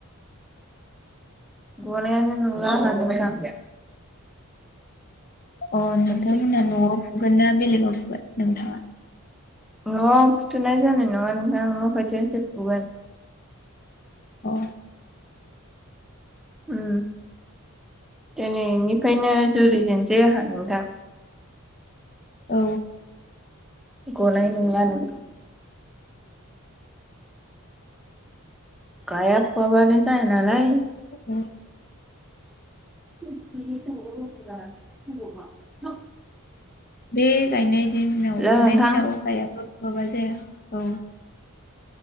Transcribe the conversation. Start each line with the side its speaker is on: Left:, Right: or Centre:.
Centre: गनायानो नुला आंहा नोंथां।
Left: अ नोंथांमोना
Centre: एसे
Left: न'आव फुगोन ना बेलेगाव फुगोन नोंथाङा?
Centre: न'आव फुथ'नाय जानाय नङा नोंथां न' खाथिसो फुगोन।
Left: अ
Centre: उम दिनैनिफ्रायनो जुरिजेनसै आंहा नोंथां।
Left: औ
Centre: गनाय नला नोंथां। गाय आ फुवाबानो जाया नालाय।
Left: औ
Centre: <unintelligible>
Left: बे गायनाय दिनाव
Centre: हेल'
Left: फुनाय
Centre: नोंथां
Left: दिनाव गायाबो फुवाबा जाया औ